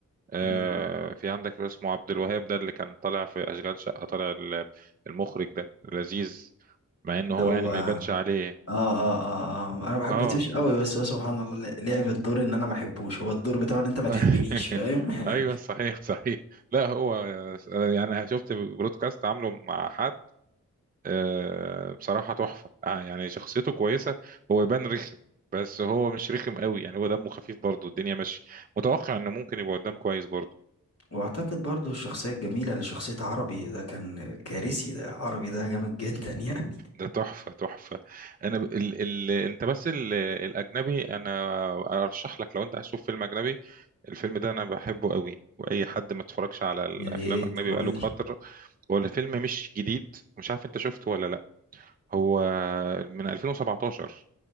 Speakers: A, on the right (about 30°); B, on the left (about 50°).
A: آه،
B: مم،
A: في عندك اللي اسمه عبد الوهاب ده اللي كان طالع في أشغال شقة طالع ال- المخرج ده لذيذ مع انه
B: اللي
A: هو
B: هو
A: يعني ما
B: اه
A: يبانش عليه
B: اه اه اه انا ما حبيتوش
A: اه
B: قوي
A: اه
B: بس هو سبحان الله ل- لعب الدور ان انا ما احبوش هو الدور بتاعه ان انت ما تحبنيش
A: <laughs>
B: فاهم <laughs>
A: ايوه صحيح صحيح لا هو آه، يعني شفت برودكاست عامله مع حد آه، بصراحة تحفة آه، يعني شخصيته كويسة هو يبان رخم بس هو مش رخم قوي يعني هو دمه خفيف برضه الدنيا مش متوقع انه ممكن يبقى قدام كويس برضه
B: واعتقد برضو الشخصية الجميلة لشخصية عربي ده كان كارثي ده عربي ده جامد جدا يعني
A: ده تحفة تحفة انا ب... ال... ال... انت بس ال... الاجنبي انا ارشح لك لو انت عايز تشوف فيلم اجنبي الفيلم ده انا بحبه قوي واي حد ما اتفرجش على الافلام
B: يا ريت
A: اجنبي
B: قول
A: بقاله كتر هو الفيلم مش جديد مش عارف انت شفته ولا لا هو من 2017